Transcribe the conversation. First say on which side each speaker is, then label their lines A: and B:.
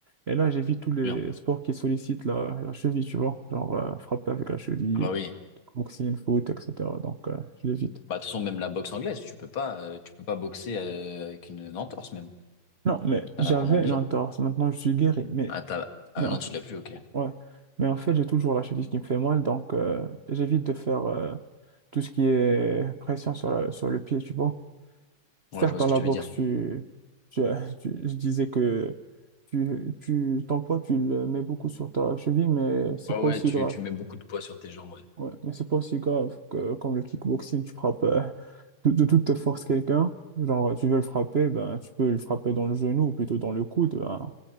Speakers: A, on the right; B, on the left.
A: Et là, j'évite tous les
B: Bien.
A: sports qui sollicitent la, la cheville, tu vois. Genre euh, frapper avec la cheville,
B: Ah bah oui.
A: boxing foot, etc. Donc, euh, je l'évite.
B: Bah, de toute façon, même la boxe anglaise, tu peux pas, euh, tu peux pas boxer euh, avec une, une entorse même.
A: Non, mais
B: T'en
A: j'avais
B: as vraiment besoin.
A: une entorse. Maintenant, je suis guéri. Mais,
B: Ah, t'as... ah
A: mais en
B: non,
A: fait
B: tu l'as plus, ok.
A: ouais. Mais en fait, j'ai toujours la cheville qui me fait mal. Donc, euh, j'évite de faire euh, tout ce qui est pression sur la- sur le pied, tu vois. Certes,
B: Ouais, je vois
A: dans
B: ce que
A: la
B: tu
A: boxe,
B: veux dire.
A: tu, tu- <laughs> tu- je disais que tu, tu, ton poids, tu le mets beaucoup sur ta cheville, mais c'est
B: Ouais,
A: pas
B: ouais,
A: aussi
B: tu,
A: grave.
B: tu mets beaucoup de poids sur tes jambes, ouais.
A: Ouais, mais c'est pas aussi grave que comme le kickboxing, tu frappes euh, <laughs> de, de toute force quelqu'un. Genre, tu veux le frapper, ben, tu peux le frapper dans le genou ou plutôt dans le coude. ben,